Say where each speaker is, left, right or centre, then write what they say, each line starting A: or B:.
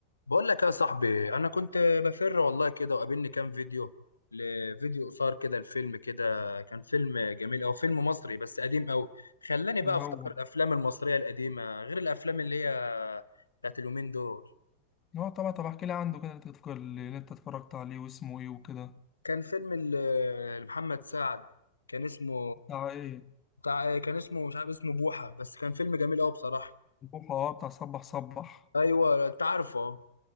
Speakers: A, on the left; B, on the left.
A: بقول لك يا صاحبي انا كنت بفر والله كده وقابلني كام فيديو لفيديو قصار كده الفيلم كده كان فيلم جميل او فيلم مصري بس قديم قوي خلاني بقى
B: إيه هو
A: افتكر الافلام المصريه القديمه غير الافلام اللي هي بتاعت اليومين دول
B: هو طبعا طب احكي لي عنده كده انت تفكر اللي انت اتفرجت عليه واسمه ايه وكده
A: كان فيلم ال- لمحمد سعد كان اسمه
B: بتاع ايه
A: بتاع كان اسمه مش عارف اسمه بوحه بس كان فيلم جميل قوي بصراحه
B: البوحة اه بتاع صبح صبح
A: ايوه انت عارفه